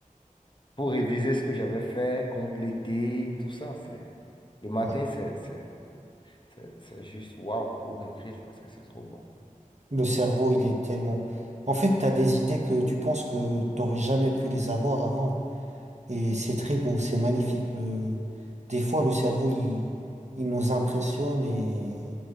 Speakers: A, on the left (about 35°); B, on the right (about 55°).
A: pour réviser ce que j'avais fait, compléter, tout ça. C'est, le matin,
B: ouais.
A: c'est, c'est- C'est c'est juste waouh pour écrire parce que c'est trop bon.
B: Le cerveau, il est tellement... En fait, t'as des idées que tu penses que t'aurais jamais pu les avoir avant. Et c'est très beau, c'est magnifique. Le... Des fois, le cerveau, il, il nous impressionne et.